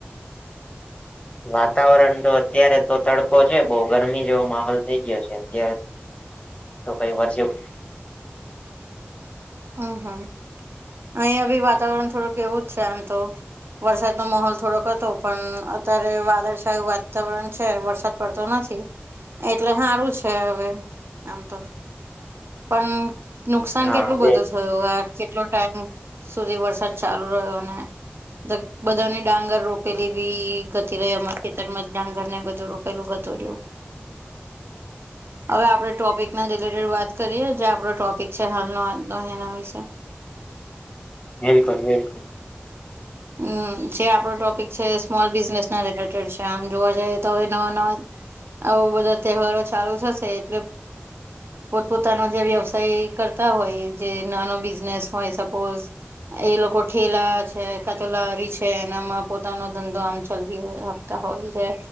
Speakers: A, on the left; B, on the right.
A: વાતાવરણ તો અત્યારેતો તડકો છે બોવ ગરમી જેવો માહોલ થઈ ગ્યો છે અત્યારે તો કઈ વર્ષ
B: અ હ ઐયાબી વાતાવરણ થોડુંક એવુજ છે આમ તો વરસાદનો માહોલ થોડોક હતો પણ અતારે વાદળછાયું વાતાવરણ છે વરસાદ પડતો નથી એટલે સારું છે હવે આમ તો પણ નુકસાન
A: હા
B: કેટલું
A: બે
B: બધું થયું. આ કેટલું ટાઈમ સુધી વરસાદ ચાલુ રહ્યો ને બધાને ડાંગર રોપેલી બી ગતી રઈ અમાર ખેતરમાં ડાંગર ને બધું ર રોપેલું ગતુ રયુ હવે આપણે ટોપિક ના રિલેટેડ વાત કરીએ જે આપડો ટોપિક છે હાલનો આજનો એના વિશે
A: બિલકુલ બિલકુલ
B: હમ જે આપણો ટોપિક છે સ્મોલ બિઝનેસ ન રિલે ટેડ છે આમ જોવા જઈએ તો હવે નવા નવા હવ બધા તહેવારો ચાલુ થશે એટલે પોત પોતાનો જે વ્યવસાય કરતા હોય જે નાનો બિઝનેસ હોય સપોઝ એ લોકો થેલા છે કાંતો લારી છે પોતાનો ધંધો આમ ચલવી રાખતા હોય છે